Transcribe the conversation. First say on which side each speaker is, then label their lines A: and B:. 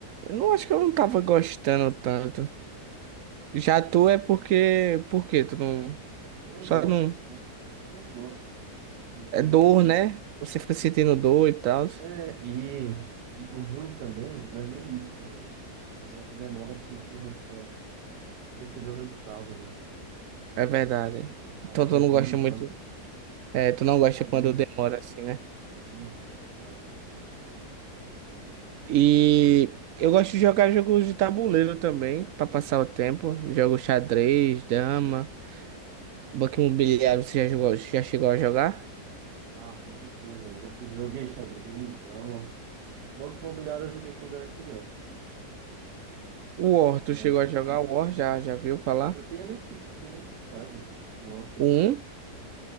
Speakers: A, on the right; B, on the right.
A: eu não acho que eu não tava gostando tanto. Já tu é porque, porque tu não,
B: Eu não
A: só
B: gosto,
A: não,
B: e também não gosto. E tem
A: é dor,
B: preguiça.
A: né? Você fica sentindo dor e tal.
B: É, e, e o ruim também, não é nem isso também. O problema é que demora a sentir o, re- é, perceber o resultado, né?
A: É verdade.
B: Aí
A: Então
B: vai
A: tu não
B: desanimando,
A: gosta muito, é, tu não gosta
B: desanima.
A: quando demora assim, né?
B: Isso, é.
A: E eu gosto de jogar jogos de tabuleiro também, pra passar o tempo. Jogo xadrez, dama, banco imobiliário, você já jogou, já chegou a jogar?
B: Ah, com certeza. Eu já- eu joguei xadrez, dama. Banco imobiliário eu joguei quando era criança.
A: O War,
B: É,
A: tu chegou
B: só,
A: a jogar o War? Já, já viu falar?
B: Eu tenho ele aqui, eu tenho ele aqui em casa. O War.
A: O 1